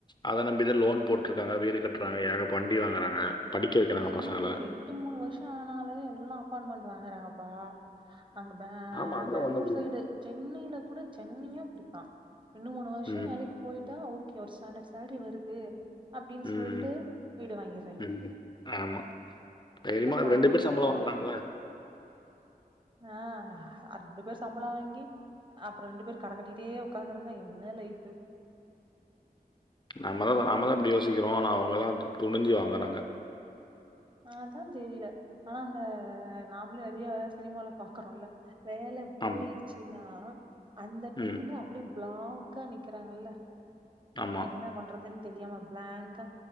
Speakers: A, on the left; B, on the right.
A: அத நம்பிதா லோன் போட்ருக்காங்க வீடு கட்டுறாங்க ஏக வண்டி வாங்குறாங்க படிக்க வைக்கிறாங்க
B: எங்க
A: பசங்களை
B: ரெண்டு மூணு வருஷம் ஆனாலே எல்லா அப்பார்ட்மெண்ட் வாங்குறாங்கப்பா அங்க பே
A: ஆமா அதுதான்
B: பேங்ளூர்
A: ஒண்ணு புரியும்
B: சைடு சென்னையில கூட சென்னையும் அப்பிடித்தா ரெண்டு மூணு வருஷம்
A: ம்
B: வேலைக் போய்ட்டா ஓகே ஒரு ஸ்டாண்டர்ட் சேலரி வருது அப்டின்
A: ம்
B: சொல்ட்டு வீடு வாங்கிறாய்ங்க
A: ம் ஆமா தைரியமா இப்ப
B: கார்
A: ரெண்டு
B: வாங்கி
A: பேர் சம்பளம்
B: போடுறாங்க
A: வாங்குறாங்களா
B: ஆ அவ்ளோ பேர் சம்பளோ வாங்கி அப்புறம் ரெண்டு பேர் கடன் கட்டிட்டே உக்காந்துருந்தா என்ன லைஃப்பு
A: நம்ம தா நாம தா இப்டி யோசிக்கிறோ ஆனா அவங்களா துணிஞ்சு வாங்கறாங்க
B: ஆ அதா தெரில ஆனா அந்த நாமளு நெறைய சினிமால பாக்குறோல வேல போயிருச்சின்னா
A: ஆமா
B: அந்த
A: ம்
B: டைம்ல அப்படி பிளாக்கா நிக்கிறாங்களா
A: ஆமா
B: என்ன பண்றதுன் தெரியாம பிளாங்கா